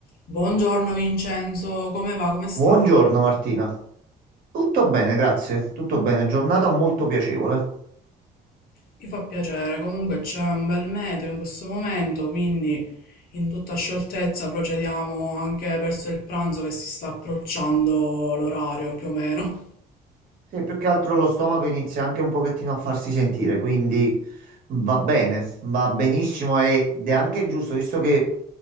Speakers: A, on the left; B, on the right.
A: Buongiorno Vincenzo, come va? Come stai?
B: Buongiorno Martina. Tutto bene, grazie. Tutto bene. Giornata molto piacevole.
A: Mi fa piacere, comunque c'è un bel meteo in questo momento, quindi in tutta scioltezza procediamo anche verso il pranzo che si sta approcciando l'orario più o meno.
B: Sì, più che altro lo stomaco inizia anche un pochettino a farsi sentire, quindi va bene, va benissimo ed è anche giusto, visto che